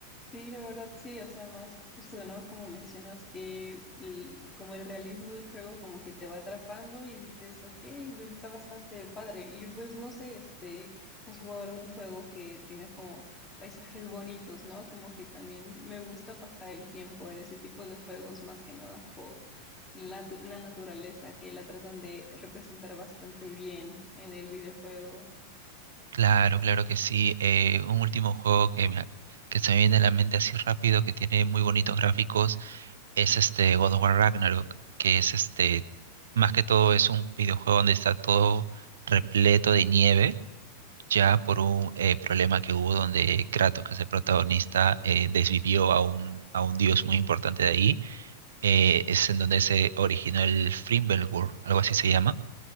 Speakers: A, on the left; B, on the right.
A: Sí, la verdad sí, o sea, más justo no como mencionas que el- como el realismo del juego como que te va atrapando y dices, ok, pues está bastante padre. Y pues no sé, este, si has jugado algún juego que tenga como paisajes bonitos, ¿no? Como que también me gusta pasar el tiempo en ese tipo de juegos más que nada por la, natu- la naturaleza, que la tratan de representar bastante bien en el videojuego.
B: Claro, claro que sí. Eh, un último juego que, me- que se me viene a la mente así rápido, que tiene muy bonitos gráficos, es este God of War Ragnarok, que es este, más que todo es un videojuego donde está todo repleto de nieve, ya por un eh, problema que hubo donde Kratos, que es el protagonista, eh, desvivió a un, a un dios muy importante de ahí. Eh, es en donde se originó el Fimbulgur, algo así se llama